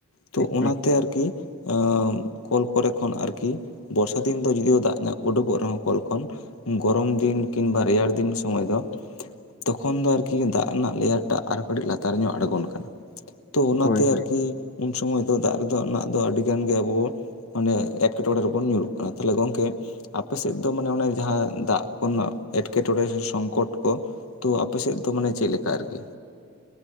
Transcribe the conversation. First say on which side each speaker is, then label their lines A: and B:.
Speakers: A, on the left; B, on the left.
A: ᱛᱚ
B: ᱮᱠᱫᱚᱢ
A: ᱚᱱᱟᱛᱮ ᱟᱨᱠᱤ ᱟᱻᱢ᱾ ᱠᱚᱞ ᱠᱚᱨᱮ ᱠᱷᱚᱱ ᱟᱨᱠᱤ ᱵᱚᱨᱥᱟ ᱫᱤᱱ ᱫᱚ ᱡᱩᱫᱤᱳ ᱫᱟᱜ ᱧᱟ ᱩᱰᱩᱠᱚᱜ ᱨᱮᱦᱚᱸ ᱠᱚᱞ ᱠᱷᱚᱱ᱾ ᱜᱚᱨᱚᱢ ᱫᱤᱱ ᱠᱤᱝᱵᱟ ᱨᱮᱭᱟᱲ ᱫᱤᱱ ᱥᱚᱢᱚᱭ ᱫᱚ᱾ ᱛᱚᱠᱷᱚᱱ ᱫᱚ ᱟᱨᱠᱤ ᱫᱟᱜ ᱨᱮᱱᱟᱜ ᱞᱮᱭᱟᱨ ᱴᱟᱜ ᱟᱨᱚ ᱠᱟᱴᱤᱜ ᱞᱟᱛᱟᱨ ᱧᱚᱜ ᱟᱸᱬᱜᱚᱱ ᱠᱟᱱᱟ᱾ ᱛᱚ ᱚᱱᱟᱛᱮ
B: ᱦᱳᱭ ᱦᱳᱭ
A: ᱟᱨᱠᱤ ᱩᱱ ᱥᱚᱢᱚᱭ ᱫᱚ ᱫᱟᱜ ᱨᱮᱫᱚ ᱨᱮᱱᱟᱜ ᱫᱚ ᱟᱹᱰᱤ ᱜᱟᱱ ᱜᱮ ᱟᱵᱚ᱾ ᱢᱟᱱᱮ ᱮᱸᱴᱠᱮᱴᱚᱸᱬᱮ ᱨᱮᱵᱚᱱ ᱧᱩᱨᱩᱜ ᱠᱟᱱᱟ ᱛᱟᱦᱞᱮ ᱜᱚᱝᱠᱮ᱾ ᱟᱯᱮ ᱥᱮᱜ ᱫᱚ ᱢᱟᱱᱮ ᱚᱱᱮ ᱡᱟᱸᱦᱟ ᱫᱟᱜ ᱠᱚᱨᱮᱱᱟᱜ ᱮᱸᱴᱠᱮᱴᱚᱸᱬᱮ ᱥᱮ ᱥᱚᱝᱠᱚᱴ ᱠᱚ᱾ ᱛᱚ ᱟᱯᱮᱥᱮᱫ ᱫᱚ ᱢᱟᱱᱮ ᱪᱮᱜ ᱞᱮᱠᱟ ᱟᱨᱠᱤ᱾